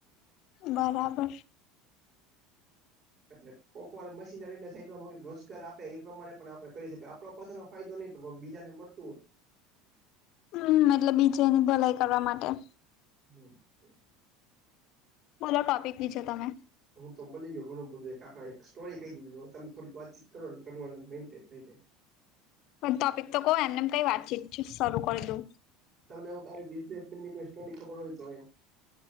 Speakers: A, on the left (about 50°); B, on the right (about 45°).
A: બરાબર.
B: એટલે કોકવાર મશીનરીને સાઈડમાં રોજગાર આપે એ પ્રમાણે પણ આપડ કરી શકીએ આપડો પથનો. ફાયદો નહી પણ બીજાને મળતું હોય.
A: હમ એટલે બીજાની ભલાઈ કરવા માટે.
B: <inaudible>
A: બોલો ટોપિક લીજો તમે.
B: હું તો બલી ગયો ઘણું બધું એક આખ એક સ્ટોરી કહી દીધું તમે થોડીક વાતી કરોન થઈ જાય.
A: પણ ટોપિક તો કહો એમનેમ કઈ વાતચીત શરૂ કરી દઉ
B: તમને બિઝનેસમેન ની કોઈ સ્ટોરી ખબર હોય તો એમ-